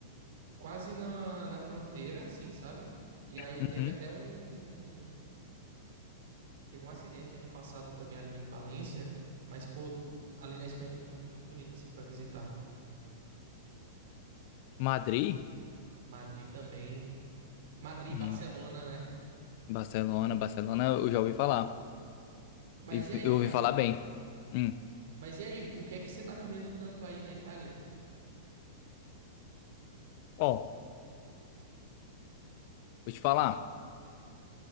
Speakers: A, on the right; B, on the left.
A: quase na, na fronteira, assim, sabe? E aí
B: Uhum.
A: teve até um teve um acidente ano passado também ali em Valência, mas pô, ali na Espanha tem canto muito bonito assim pra visitar.
B: Madrid?
A: Madrid também, Madrid,
B: Hum,
A: Barcelona, né?
B: Barcelona, Barcelona, eu já ouvi falar.
A: Mas
B: E f-
A: e aí,
B: Eu
A: cara?
B: ouvi falar bem. Hum.
A: Mas e aí, o que é que você tá comendo tanto aí na Itália?
B: Ó, vou te falar.